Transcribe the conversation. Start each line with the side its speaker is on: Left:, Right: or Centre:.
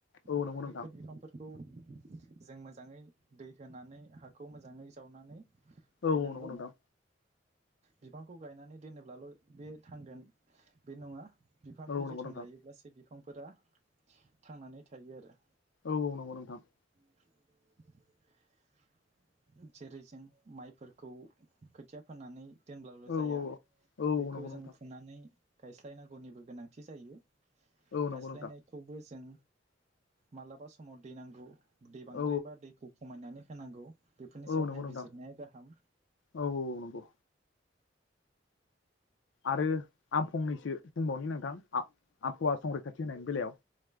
Left: औ
Right: आरो
Left: नंगौ नोंथां
Right: बैफोर बिफांफोरखौ जों मोजाङै दै होनानै हाखौ मोजाङै जावनानै
Left: औ
Right: गायनांगौ।
Left: औ नंगौ नोंथां
Right: बिफांखौ गायनानै दोनोब्लाल बे थांगोन बे नङा। बिफांखौ
Left: औ नंगौ
Right: जोथोन
Left: नोंथां
Right: लायोब्लासो बिफांफोरा थांनानै थायो आरो।
Left: औ-औ नंगौ नोंथां।
Right: <inaudible> जेरै जों माइफोरखौ खोथिया फोनानै दोनब्लाल
Left: औ
Right: जाया
Left: औ
Right: बेखौ
Left: नंगौ
Right: जों
Left: नोंथां
Right: फुनानै गायस्लायनांगौनिबो गोनांथि जायो।
Left: औ नंगौ
Right: गायस्लायनायखौबो
Left: नोंथां
Right: जों मालाबा सम समाव दै नांगौ दै बांद्रायबा
Left: औ
Right: दैखौ खमायनानै होनांगौ। बेफोरनि
Left: औ
Right: सायाव
Left: नंगौ
Right: नायबिजिरनाया
Left: नोंथां
Right: गाहाम।
Left: औ औ औ नंगौ आरो आं फंनैसो बुंबावनि नोंथां आबहावा संरैखाथि होनायनि बेलायाव।